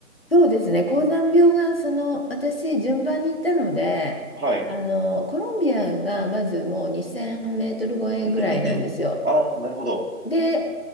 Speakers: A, on the left (about 40°); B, on the right (about 80°).
A: そうですね、高山病が、その、私、順番に行ったので、
B: はい。
A: あの、コロンビアがまずもう2000メートル超えぐらいなんですよ。
B: <clears throat> ああ、なるほど。
A: で、